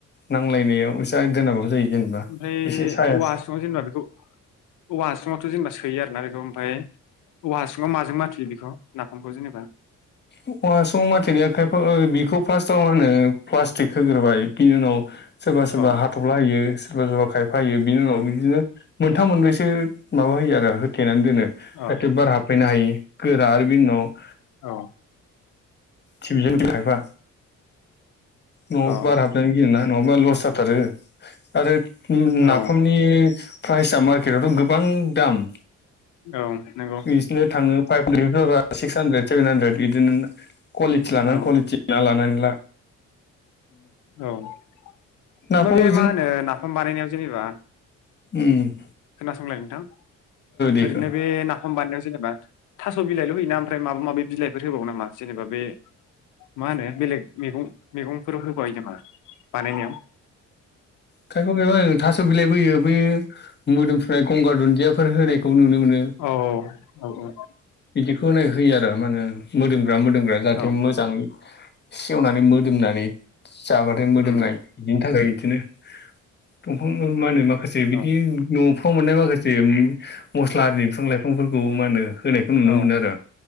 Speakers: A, on the left (about 35°); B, on the left (about 80°).
A: नांलायनायाव जा दोनाबाबो जायो। जेनेबा
B: ओमफ्राय
A: एसे साया
B: औवा हासुंआव जेनेबा बेखौ औवा हासुङावथ' जेनेबा सोयो आरो ना ओमफाय औवा हासुङाव माजों माथुयो बेखौ। नाफामखौ जेनेबा
A: औवा हासुङाव माथेनाया खायफा बेखौ फार्स्टाव मा होनो प्लास्टिक होग्रोबाय बिनि उनाव सोरबा सोरबा
B: अ
A: हाथफ्ला होयो सोरबा सोरबा खाय यो बिनि उनाव
B: उम
A: बिदिनो मोनथाम मोनब्रैसो माबा होयो आरो थेनानै दोनो जाहाथे
B: अ
A: बार हाबफैनो हायै गोरा आरो बेनि उनाव
B: औ।
A: टिभजों <unintelligible> खायफा न'आव
B: औ
A: बार हाबजानो गियो ना न' <unintelligible> लस्त जाथारो आरो
B: औ
A: नाफामनि प्राइस आं मार्केटआवथ' गोबां दाम।
B: औ नंगौ।
A: बिसोरनो थाङो five <unintelligible> six hundred seven hundred बिदिनो कुवालिटि लानानै
B: औ
A: कुवालिटि ना लानानै ना
B: औ ओमफाय
A: नाफामखौ
B: बे मा होनो नाफाम बानायनायाव जेनेबा
A: उम।
B: खोनासंलाय नोंथां
A: देखो
B: ओरैनो बे नाफाम बानायनायाव जेनेबा थास' बिलाइल' हैयो ना ओमफ्राय माबा माबि बिलाइफोर होबावो नामा जेनेबा बे मा होनो बेलेग मैगं मैगंफोर होबाय नामा बानायनायाव?
A: <unintelligible> थास' बिलाइबो होयो बै मोदोमफ्रुनाय गंगार दुन्दियाफोर होनाय खौ नुनो मोनो।
B: औ औ औ।
A: बिदिखौ होननाय होयो आरो मानो मोदोमग्रा मोदोमग्रा जाहाथे
B: औ
A: मोजां सेवनानै मोदोमनानै जाबाथाय मोदोमनाय
B: उम
A: बिदिनि थाखाय बिदिनो दंफां मा होनो माखासे बिदि
B: औ
A: न' फ्र मोननाय माखासे मस्ला बिफां लाइफांफोरखौ माहोनो खौ नुनो
B: औ
A: मोनो आरो